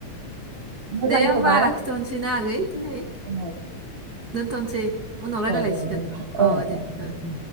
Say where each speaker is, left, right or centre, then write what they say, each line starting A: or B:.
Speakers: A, on the right; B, on the right.
A: मोजांथ'बा
B: दे होमबा लाखिथ'नोसै ना आगै दिनै
A: औ
B: दोनथ'सै उनाव रायलायलायसिगोन
A: दे होमबा औ दे दे औ
B: अ दे ओ।
A: दे